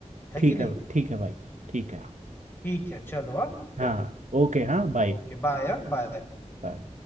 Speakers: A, on the left; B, on the right.
A: है
B: ठीक
A: कि नहीं
B: है ठीक है भाई ठीक है
A: ठीक है चलो हाँ फिर
B: हाँ ओके हाँ बाय
A: ओके बाय हाँ बाय
B: बाय